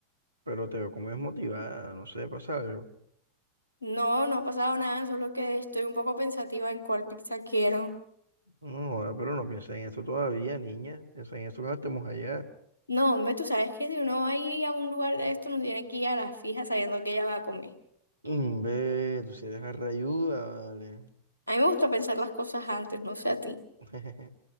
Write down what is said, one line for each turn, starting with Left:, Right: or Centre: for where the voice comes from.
Right: Pero te veo como desmotivada, no sé, pasa algo.
Left: no, no ha pasado nada, solo que estoy un poco pensativa en cuál pizza quiero.
Right: No, joda, pero no pienses en eso todavía, niña. Piensa en eso cuando estemos allá.
Left: No, hombre, tú sabes que si uno va a ir a un lugar de esto, no tiene que ir a la fija sabiendo que ella va a comer.
Right: Mm, Ve, tú si eres arrayuda, vale.
Left: A mí me gusta pensar las cosas antes, no sé a ti.
Right: <laughs>